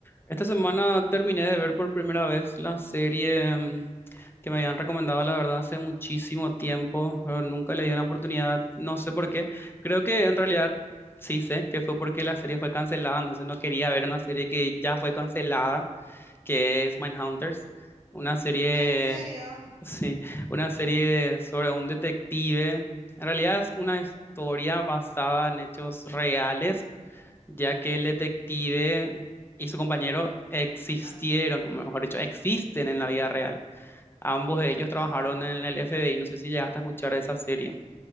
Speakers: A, on the left (about 15°); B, on the right (about 55°).
A: Esta semana terminé de ver por primera vez la serie mm, que me habían recomendado, la verdad, hace muchísimo tiempo, pero nunca le di una oportunidad, no sé por qué. Creo que en realidad sí sé que fue porque la serie fue cancelada, entonces no quería ver una serie que ya fue cancelada, que es Mindhunters, una serie,
B: ¿En serio?
A: <laughs> sí, una serie sobre un detective. En realidad es una historia basada en hechos reales ya que el detective y su compañero existieron,
B: Ah,
A: o mejor dicho, existen en la vida real. Ambos de ellos trabajaron
B: am.
A: en el FBI, no sé si llegaste a escuchar esa serie.